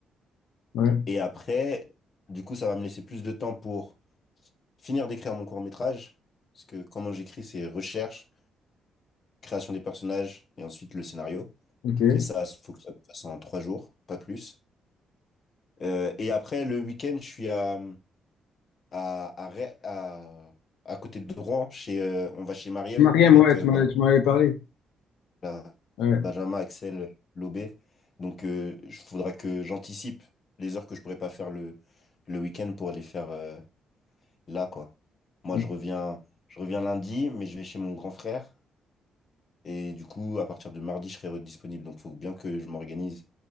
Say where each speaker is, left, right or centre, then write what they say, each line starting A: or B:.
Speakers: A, on the left (about 80°); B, on the left (about 55°).
A: Ouais,
B: Et après, du coup, ça va me laisser plus de temps pour finir d'écrire mon court-métrage. Parce que comment j'écris, c'est recherche, création des personnages et ensuite le scénario.
A: ok.
B: Et ça, il faut que ça se fasse en 3 jours, pas plus. Euh, et après, le week-end, je suis à, à, à, Ré- à, à côté de Rouen. Chez, euh, on va chez Mariem
A: Mariam,
B: avec
A: ouais,
B: euh,
A: tu m'en-
B: Benjamin
A: tu m'en avais parlé.
B: là,
A: Ouais,
B: Benjamin, Axel, Lobé. Donc, euh, il faudra que j'anticipe les heures que je pourrais pas faire le, le week-end pour les faire euh, là, quoi. Moi,
A: o-
B: je reviens, je reviens lundi, mais je vais chez mon grand frère. Et du coup, à partir de mardi, je serai disponible. Donc, il faut bien que je m'organise.